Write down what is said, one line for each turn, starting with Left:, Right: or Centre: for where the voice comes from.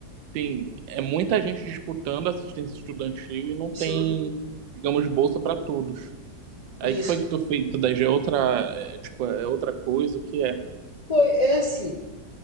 Right: tem é muita gente disputando assistência estudantil e não tem,
Left: sim.
Right: digamos, bolsa para todos. Aí
Left: Isso.
Right: que foi que tu fez isso daí? Já é outra, é, tipo, é outra coisa, o que é?
Left: Foi, é assim.